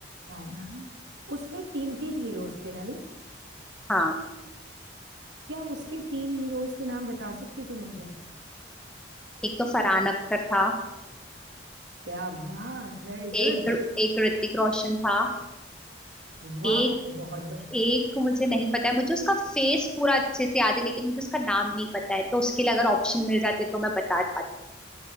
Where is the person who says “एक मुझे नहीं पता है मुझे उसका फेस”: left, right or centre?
Centre